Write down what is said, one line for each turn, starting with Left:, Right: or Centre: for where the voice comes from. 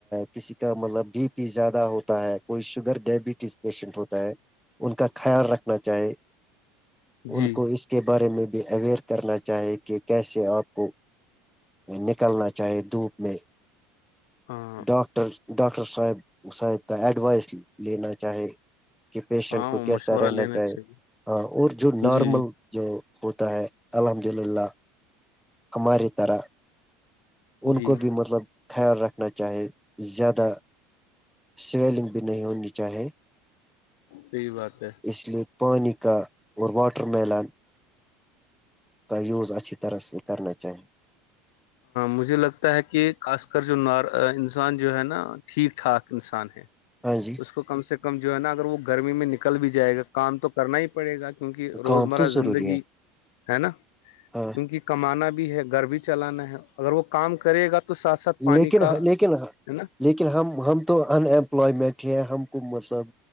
Centre: کسی کا مطلب بی پی زیادہ ہوتا ہے کوئی شوگر ڈائبٹیز پیشنٹ ہوتا ہے ان کا خیال رکھنا چاہے
Left: جی
Centre: ان کو اس کے بارے میں بھی اویئر کرنا چاہے کہ کیسے آپ کو نک نکلنا چاہیے دھوپ میں
Left: <unintelligible>
Centre: ڈاکٹر ڈاکٹر صاحب صاحب کا ایڈوائس لینا چاہے کہ پیشنٹ
Left: ہاں
Centre: کو
Left: وہ
Centre: کیسا
Left: مشورہ
Centre: رہنا
Left: لینا
Centre: چاہے
Left: چاہیے
Centre: ہاں اور جو نارمل
Left: جی
Centre: جو ہوتا ہے الحمد للہ ہماری طرح ان
Left: جی
Centre: کو بھی مطلب خیال رکھنا چاہے زیادہ سویلنگ بھی نہیں ہونی چاہیے
Left: سحی بات ہے
Centre: اس لیے پانی کا اور واٹر میلان کا یوز اچھی طرح سے کرنا چاہیے
Left: مجھے لگتا ہے کہ خاص کر جو ن انسان جو ہے نا ٹھیک ٹھاک انسان ہے
Centre: ہاں جی
Left: اس کو کم سے کم جو ہے نا اگر وہ گرمی میں نکل بھی جائے گا کام تو کرنا ہی پڑے گا کیونکہ روزمرہ
Centre: کام تو ضروری
Left: زندگی
Centre: ہے
Left: ہے نا کیونکہ
Centre: ہاں
Left: کمانا بھی ہے گھر بھی چلانا ہے اگر وہ کام کرے گا تو تو ساتھ ساتھ پانی
Centre: لیکن
Left: کا ہے
Centre: لیکن
Left: نا
Centre: لیکن ہم ہم تو ان ایمپلائمنٹ ہیں ہم کو مطلب